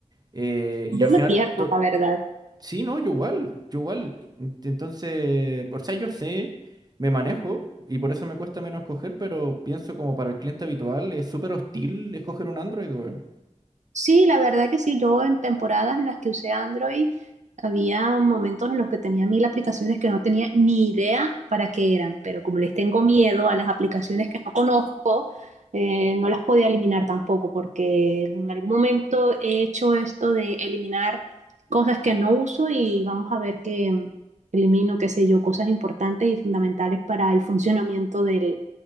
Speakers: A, on the right; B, on the right.
A: eh, y
B: Yo
A: al final,
B: me pierdo,
A: to-
B: la verdad.
A: sí, no, yo igual, yo igual. Entonces, por sea, yo sé, me manejo y por eso me cuesta menos escoger, pero pienso como para el cliente habitual es súper hostil escoger un Android, weón.
B: Sí, la verdad que sí. Yo en temporadas en las que usé Android, había momentos en los que tenía mil aplicaciones que no tenía ni idea para qué eran, pero como les tengo miedo a las aplicaciones que no conozco, eh, no las podía eliminar tampoco, porque en algún momento he hecho esto de eliminar cosas que no uso y vamos a ver que mm, elimino, qué sé yo, cosas importantes y fundamentales para el funcionamiento del,